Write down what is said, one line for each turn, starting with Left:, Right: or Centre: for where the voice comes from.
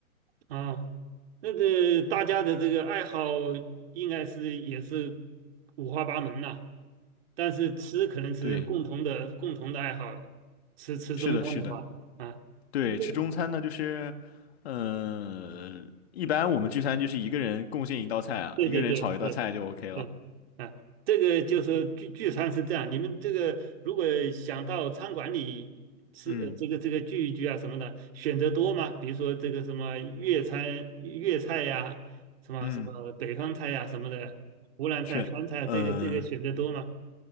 Right: 啊，那个大家的这个爱好应该是也是五花八门呐、但是吃可能是共同的共同的爱好，
Left: 对，
Right: 吃吃中餐的话啊，
Left: 是的，是的，对，
Right: <laughs>
Left: 吃中餐呢，就是，呃，一般我们聚餐就是一个人贡献一道菜啊，
Right: 对对对对
Left: 一个人炒一道菜就 OK 了。
Right: 对，啊，这个就是聚聚餐是这样，你们这个如果想到餐馆里吃，
Left: 嗯
Right: 呃，这个这个聚一聚啊什么的，选择多吗？比如说这个什么粤餐、粤菜呀、什么什么北方菜呀、
Left: 嗯，
Right: 什么的，湖南菜、
Left: 选呃
Right: 川菜啊，这个这个选择多吗？